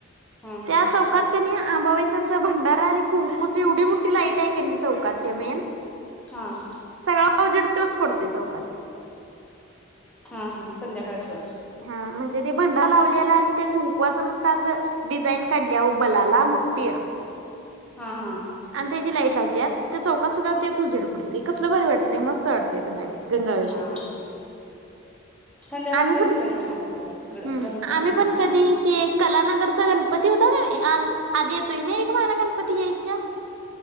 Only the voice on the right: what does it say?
त्या चौकात कनि आंबावाईस असं भंडारा आणि कुंकूची एवढी मोठी लाईट हाय कनी चौकात त्या मेन --
सगळा उजेड तोच पडतोय चौकात.
हा म्हणजे ते भंडार लावलेला आणि त्या कुंकुवाचं नुसत असं डिझाईन काढल्या बलाला मुठठी
ते जी लाईट लावत्यातं ते चौकात सगळं तेच उजड पडतोय कसलं भारी वाटतय. मस्त वाटतयं संध्याकाळी. गंगावेषेत
आम्ही
पण
हम्म
आम्ही
पण कधी ते कलानगरचा गणपती होत -- <unintelligible> आ आधी येतोय नइ. मान गणपती जयच --